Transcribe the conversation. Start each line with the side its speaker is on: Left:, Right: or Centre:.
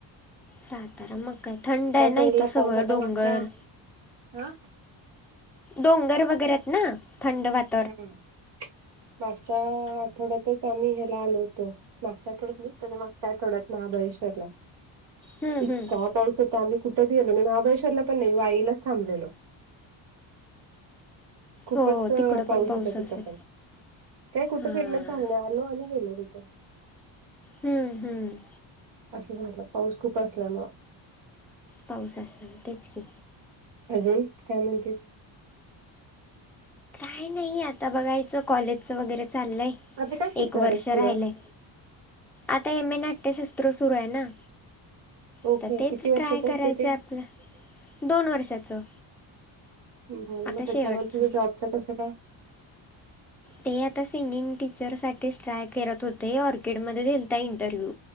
Centre: सातांरा मंग कायं थंड आहे
Right: त्या साईडला
Centre: नां इथं सगळं
Right: पाऊस आता
Centre: डोंगर
Right: मागच्या हा.
Centre: डोंगर वगैरेंत नां थंड वाटतं
Right: हम्मं पावसाळां ह्या आठवड्यांत त्यांचं आम्हीं ह्यांला आलो होतो मागच्या आठवड्यांत नाहीं त्यांच्या मागच्या आठवड्यांत महाबळेश्वरला.
Centre: हम्म,
Right: इतकां
Centre: हम्म.
Right: पाऊस होतां आम्हीं कुठेचं गेलो नाहीं महाबळेश्वरला पणं नाहीं वाईलांच थांबलेलो. खूपचं
Centre: हो तिकडं
Right: अं पाऊस
Centre: पण
Right: होतां
Centre: असेल
Right: तिथं पणं कायं कुठं
Centre: हां
Right: फिरणंच झालं नाहीं आलो आणि गेलो तिथं.
Centre: हम्मं हम्मं
Right: असं झालं पाऊस खूंप असल्यामुळं.
Centre: पाऊस असंला मं तेचं की.
Right: अजूंन कायं म्हणतेसं
Centre: कांहीं नाहीं आंता बघायचं कॉलेजचं वगैरें चाललंय.
Right: आता काय शिकणार
Centre: एक वर्ष
Right: आहेस पुढं?
Centre: राहिलय आंता एम ए नाट्यशास्त्र सुरूं आहे नां
Right: ओके
Centre: आंता तेचं
Right: किती वर्षाचं
Centre: ट्राय करायचंय
Right: असते ते?
Centre: आपलं दोन वर्षाचं.
Right: बरं
Centre: आता
Right: मंग त्यांच्यावर
Centre: शेवटचं
Right: तुझं जॉबच कसं कायं?
Centre: ते आंता सिंगिंग टीचरसांठीच ट्राय करतं होते ऑर्किडमध्यें दिलतां आंता इंटरव्ह्यू.